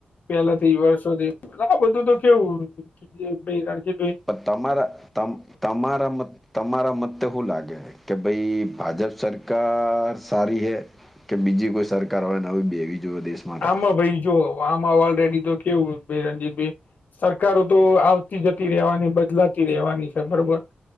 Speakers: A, on the left (about 55°); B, in the centre.
A: પહેલેથી વર્ષોથી આ બધું તો કેવું. એક બે ગાડી કે જો
B: પણ તમારા તમારા મ તમારા મતે હુ લાગે હે કે ભાઈ ભાજપ સરકાર સારી હે કે બીજી કોઈ સરકાર હોય ને બેવી જોવૅ દેશ. માટે
A: આમાં ભાઈ જો આમાં ઓલરેેડી તો કેવું ભાઈ રણજીતભાઈ સર સરકારો તો આવતી જતી રહેવાની બદલાતી રહેવાની છે બરોબર